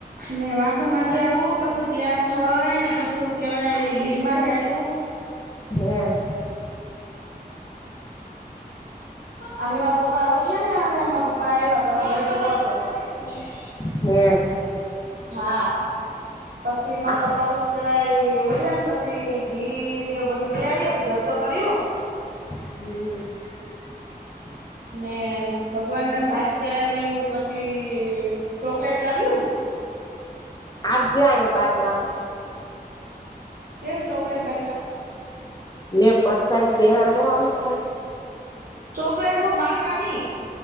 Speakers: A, on the right; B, on the left.
A: ને વાસણ માંજી આવું, પછી તૈયાર થઈ ને પછી હું કેવાય બીજમાં જાયું.
B: હે?
A: આગડી મારા પપ્પા ઉઠ્યાને હવે માર પપ્પા આવ્યા તો ઘડીક હુવા દયો. <inaudible>
B: હે?
A: હા પસી માર
B: આ
A: પપ્પા ઉઠ કેવાય ઉઠે ને પછી ઘી ને એવું બધી લઈ આવીએ પછી જરદો કર્યો.
B: હમ <inaudible>
A: ને ભગવાનને ભાત ચડાવ્યું પસી ચોકલેટ લાવ્યું.
B: આપજે આહીંયા બાટવા.
A: કેમ ચોકલેટ બાટવા?
B: ને પરસાદી દેવા નો આવી પડે?
A: ચોકલેટ હું બાટા ની.